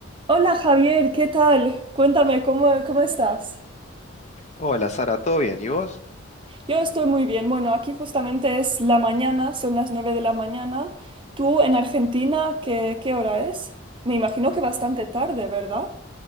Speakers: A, on the right; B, on the left.
A: Hola Javier, ¿qué tal? Cuéntame, ¿cómo, cómo estás?
B: Hola Sara, ¿todo bien? ¿Y vos?
A: Yo estoy muy bien. Bueno, aquí justamente es la mañana, son las 9 de la mañana. ¿Tú en Argentina qué, qué hora es? Me imagino que bastante tarde, ¿verdad?